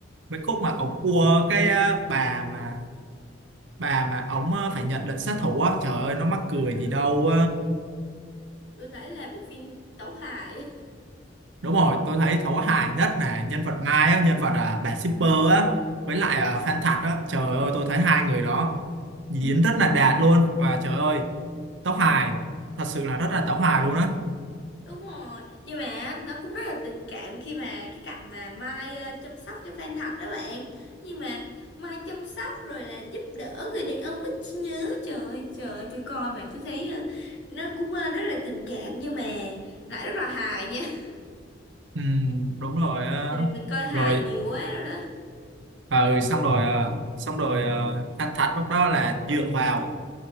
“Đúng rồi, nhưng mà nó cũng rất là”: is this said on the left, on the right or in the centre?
Left